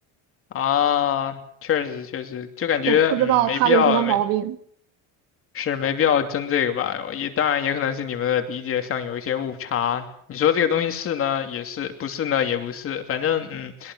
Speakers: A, on the left; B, on the right.
A: 啊，确实确实，就感觉嗯没必要没
B: 我不知道他有什么毛病，
A: 是没必要争这个吧？也当然也可能是你们的理解上有一些误差。你说这个东西是呢，也是；不是呢，也不是。反正嗯，